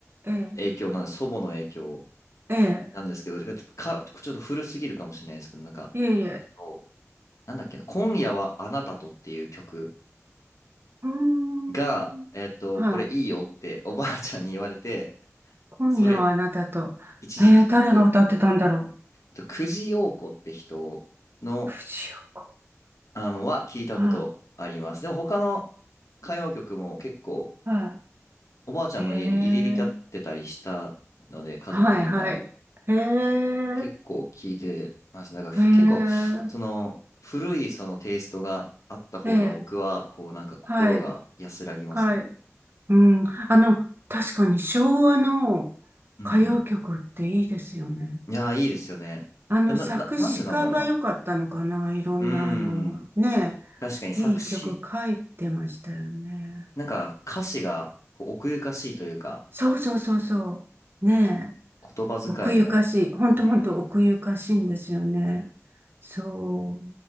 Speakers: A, on the right (about 45°); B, on the left (about 75°).
A: え、
B: 影響なんです、祖母の影響
A: ええ、
B: なんですけど、か、ちょっと古すぎるかもしれないですけど、なんか、
A: ええ、いえいえ。
B: あとなんだっけな、今夜はあなたとっていう曲
A: うーん。
B: が、えっと、
A: はい。
B: これいいよっておばあちゃんに言われて、
A: 今夜はあなたと。
B: それ一時期すごい、
A: えー、誰が歌ってたんだろ
B: えっと、久慈陽子って人の、
A: う。藤岡。
B: あの、は聞いたことあります。
A: は
B: でも他の歌謡曲も結構
A: い。は
B: おばあちゃんの家に入り浸ってたりしたので、
A: い。へえ。
B: 家族みんな
A: はい、はい。へえ。
B: 結構聞いてます。だからふ結構、
A: へえ。
B: その古いそのテイストがあった方が僕は、
A: ええ。
B: こうなんか心が安らぎますね。
A: はい。はい。うん。あの、確かに昭和の
B: うんうん
A: 歌謡曲っていいですよね。
B: いやー、いいですよね。
A: あの、
B: な、な、
A: 作詞家が良かったのかな。
B: なんでなんだろうな。
A: いろんな、
B: うー
A: あの、
B: ん。
A: ね、
B: 確かに作詞、
A: いい曲書いてましたよね。
B: なんか歌詞がこう奥ゆかしいというか、
A: そうそうそうそう。ねえ。
B: 言葉遣いも、
A: 奥ゆかしい。ほんとほんと奥ゆかしいんですよね。
B: うんうん。
A: そ